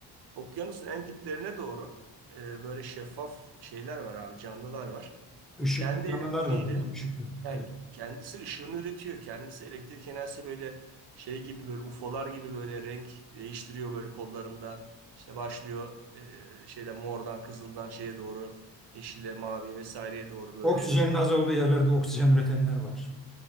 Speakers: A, on the right; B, in the centre.
A: Okyanusun en diplerine doğru e, böyle şeffaf şeyler var abi canlılar var.
B: Işıklı
A: Kendi
B: canlılar
A: elektriğiyle
B: da var değil mi? Işıklı.
A: yani
B: Evet.
A: kendisi ışığını üretiyor. Kendisi elektrik enerjisi böyle şey gibi böyle UFO'lar gibi böyle renk değiştiriyor böyle kollarında. İşte başlıyor e, şeyden mordan kızıldan şeye doğru yeşile maviye vesaireye doğru böyle.
B: Oksijenin az olduğu yerlerde oksijen üretenler var.